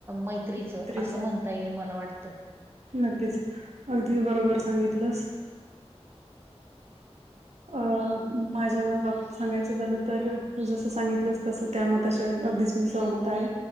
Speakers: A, on the right; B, on the right.
A: मैत्रीचं
B: मैत्रीच
A: असं म्हणता येईल मला वाटतं.
B: नक्कीच अगदी बरोबर सांगितलंस. अ माझ्या बाबत सांगायचं झालं तर तू जसं सांगितलंस तसं त्या मताशी अगदीच मी सहमत आहे.